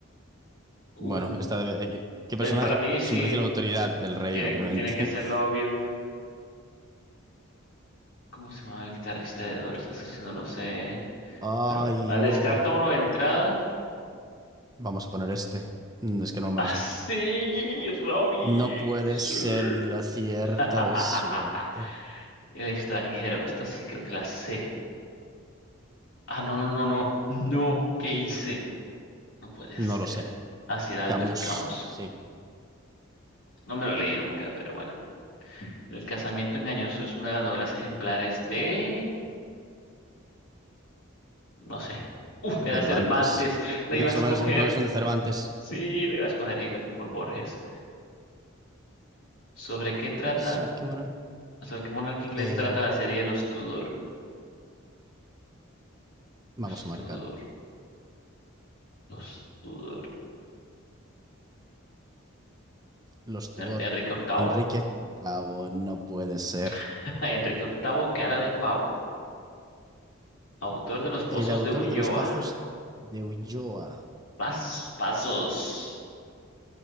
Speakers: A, on the left; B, on the right.
A: Uh,
B: Bueno, esta debe- eh, ¿qué
A: pues
B: personaje
A: para mí sí
B: simboliza la autoridad? El rey,
A: tiene,
B: obviamente.
A: tiene que ser
B: <laughs>
A: lo obvio. ¿Cómo se llama el guitarrista de Doors? Eso sí no lo sé.
B: Ay,
A: Pero ah, descarta
B: no.
A: uno de entrada.
B: Vamos a poner este. Mm, Es que no me
A: <laughs>
B: lo sé.
A: Así, Robbie.
B: No puede
A: Sí.
B: ser y la cierta
A: <laughs>
B: de suerte.
A: El extranjero. Esta sí creo que la sé. Ah, no, no, no, no. No, ¿qué hice? No puede
B: No
A: ser.
B: lo sé.
A: Así era Albert
B: Camus,
A: Camus.
B: sí.
A: No me lo leí nunca, pero bueno. El casamiento engañoso es una de las novelas ejemplares de... No sé. Uf, era
B: Cervantes.
A: Cervantes. La
B: Las
A: iba a escoger.
B: novelas ejemplares son de Cervantes.
A: Sí, la iba a escoger y me fui por Borges. ¿Sobre qué trata?
B: ¿Sobre qué monarca?
A: ¿Sobre qué monarca inglés
B: Eh,
A: trata la serie de los Tudor?
B: vamos
A: Los
B: a
A: Tudor,
B: marcar.
A: los Tudor.
B: Los
A: Er-
B: Tudor.
A: Enrique Octavo,
B: Enrique Cabo, no puede ser.
A: <laughs> Enrique VIII, cara de pavo. Autor de los pozos
B: El autor
A: de Ulloa.
B: de Los Pazos de Ulloa.
A: Pas- pasos.